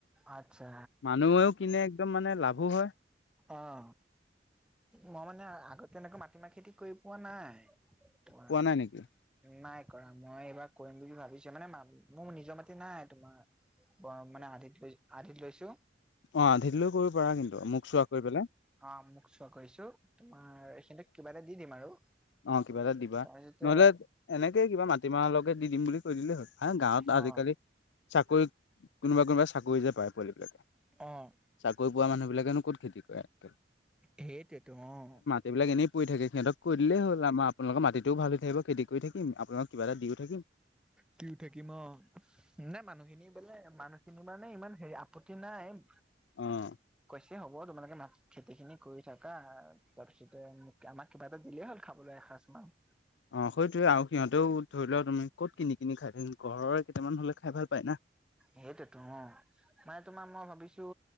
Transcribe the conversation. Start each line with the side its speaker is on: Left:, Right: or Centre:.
Centre: আচ্ছা
Left: মানুহেও কিনে একদম মানে লাভো হয়।
Centre: অঁ' মই মানে আগতে তেনেকা মাটিমাহ খেতি কৰি পোৱা নাই। তোমাৰ
Left: পোৱা নাই নিকি।
Centre: নাই কৰা মই এইবাৰ কৰিম বুলি ভাবিছো মানে মোৰ নিজৰ মাতি নাই তোমাৰ- ব মানে আধিত লৈ আধিত লৈছো।
Left: অঁ' আধিতলৈও কৰিব পাৰা কিন্তু মোক চোৱা কৰি পেলাই।
Centre: অঁ' মোক চোৱা কৈছো তোমাৰ এইখিনিক কিবা এটা দি দিম আৰু।
Left: অঁ' কিবা এটা দিবা।
Centre: তাৰপিছতে
Left: নহলে- এনেকেই কিবা মাটিমাহ লকে দি দিম বুলি কৈ দিলেই হ'ল, হে গাঁৱত
Centre: অ
Left: আজিকালি- চাকৰি কোনোবা কোনোবা চাকৰি যে পায় পোৱালিবিলাকে-
Centre: অঁ'
Left: চাকৰি পোৱা মানুহ বিলাকেনো ক'ত খেতি কৰে হেতে।
Centre: সেইটোৱেতো অঁ'।
Left: এইবিলাক এনেই পৰি থাকে সিহঁতক কৰি দিলেই হ'ল আমা- আপোনালোকৰ মাটিটো ভাল হয় থাকিব খেতি কৰি থাকি আপোনালোকক কিবা এটা দিও থাকিম-
Centre: দিওঁ থাকিম অঁ'। নাই মানুহখিনি বোলে মানুহখিনি মানে ইমান হেৰি আপত্তি নাই-
Left: অঁ'।
Centre: কৈছে হব তোমালোকে মাত খেতিখিনি কৰি থাকা তাৰপিছতে মোক আমাক কিবা এটা দিলেই হ'ল খাবলৈ এসাঁজমান।
Left: অ' সেইটোৱে আৰু সিহঁতেও ধৰি লোৱা তুমি ক'ত কিনি কিনি খাই থাকি ঘৰৰ কেইটামান হ'লে খাই ভাল পায় না
Centre: সেইটো তোমাৰ মানে তোমাৰ মই ভাবিছো